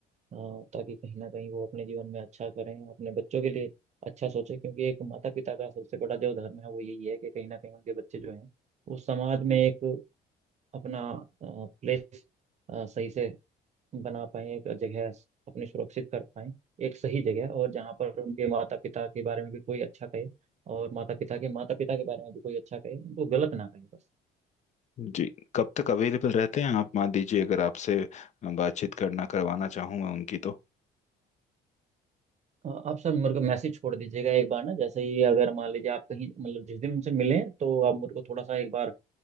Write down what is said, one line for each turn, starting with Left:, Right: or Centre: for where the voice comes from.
Right: अ, ताकि कहीं ना कहीं वो अपने जीवन में अच्छा करें अपने बच्चों के लिए अच्छा सोचें क्योंकि एक माता पिता का सबसे बड़ा जो धर्म है वो यही है कि कहीं ना कहीं उनके बच्चे जो हैं वो समाज में एक अपना प्लेस सही से बना पाएं एक जगह अपनी सुरक्षित कर पाएं एक सही जगह और जहाँ पर उनके माता पिता के बारे में भी कोई अच्छा कहे और माता पिता के माता पिता के बारे में भी कोई अच्छा कहे उनको गलत ना कहे बस
Left: जी कब तक अवेलेबल रहते हैं आप मान लीजिए अगर आपसे बातचीत करना करवाना चाहूँ मैं उनकी तो
Right: अ, आप सर मेरे को मैसेज छोड़ दीजिएगा एक बार ना जैसे ही अगर मान लीजिए आप कहीं मतलब जिस दिन उनसे मिलें तो आप मेरे को थोड़ा सा एक बार